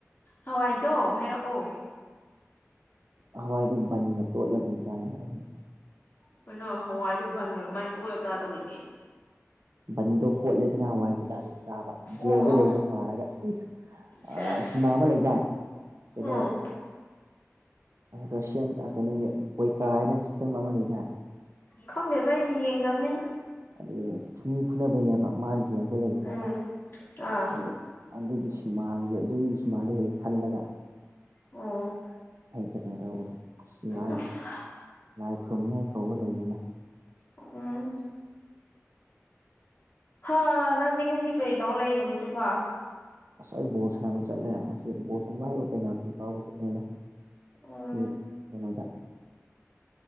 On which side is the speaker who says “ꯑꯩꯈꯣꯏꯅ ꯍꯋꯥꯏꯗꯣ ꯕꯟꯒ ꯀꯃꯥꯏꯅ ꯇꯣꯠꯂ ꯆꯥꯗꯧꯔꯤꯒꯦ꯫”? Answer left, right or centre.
Left